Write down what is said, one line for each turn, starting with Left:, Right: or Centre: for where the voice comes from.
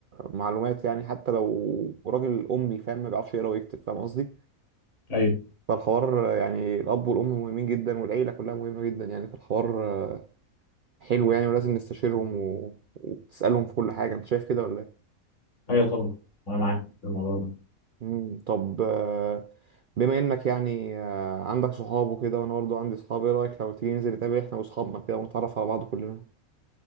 Right: معلومات يعني حتى لو راجل امي فاهم ما بيعرفش يقرا ويكتب فاهم قصدي
Left: ايوه
Right: فالحوار يعني الاب والام مهمين جدا والعيلة كلها مهمة جدا يعني فالحوار حلو يعني ولازم نستشيرهم و... وتسألهم في كل حاجة انت شايف كده ولا إيه؟
Left: ايوه طبعا انا معاك في الموضوع ده
Right: مم. طب آه، بما انك يعني آه، عندك صحاب وكده وانا برضه عندي صحاب ايه رايك لو تيجي ننزل نتقابل احنا واصحابنا كده ونتعرف على بعض كلنا